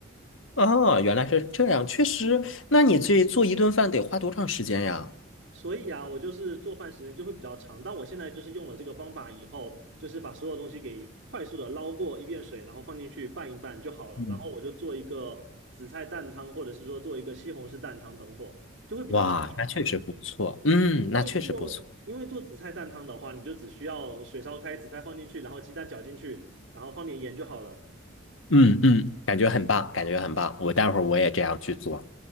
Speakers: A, on the left (about 70°); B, on the right (about 70°).
A: 啊，原来是这样，确实。那你这做一顿饭得花多长时间呀？
B: 所以啊，我就是做饭时间就会比较长。但我现在就是用了这个方法以后，就是把所有东西给快速的捞过一遍水，然后放进去拌一拌就好了。
A: 嗯，
B: 然后我就做一个紫菜蛋汤，或者是说做一个西红柿蛋汤等火，就会比较快。
A: 哇，那确实不错。嗯，那确实不错。
B: 会做，因为做紫菜蛋汤的话，你就只需要水烧开，紫菜放进去，然后鸡蛋搅进去，然后放点盐就好了。
A: 嗯嗯感觉很棒，感觉很棒。我待会儿我也这样去做。